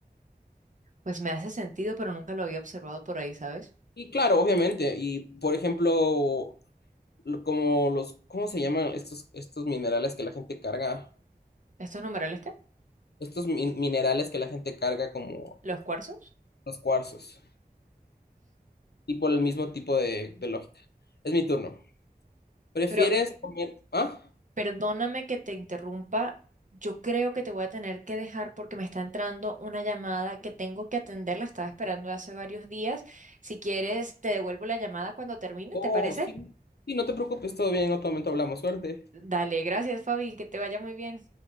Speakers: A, on the right (about 50°); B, on the left (about 75°).
A: pues me hace sentido, pero nunca lo había observado por ahí, ¿sabes?
B: Y claro, obviamente. Y por ejemplo, lo- como los, ¿cómo se llaman estos, estos minerales que la gente carga?
A: ¿Estos numerales qué?
B: Estos min- minerales que la gente carga como
A: ¿Los cuarzos?
B: los cuarzos. Y por el mismo tipo de, de lógica. Es mi turno. ¿Prefieres
A: Pero
B: comer? ¿Ah?
A: Perdóname que te interrumpa. Yo creo que te voy a tener que dejar porque me está entrando una llamada que tengo que atender. La estaba esperando hace varios días. Si quieres, te devuelvo la llamada cuando termine,
B: Oh,
A: ¿te parece?
B: sí. Sí, no te preocupes, todo bien, en otro momento hablamos. Suerte.
A: Dale, gracias, Fabi. Que te vaya muy bien.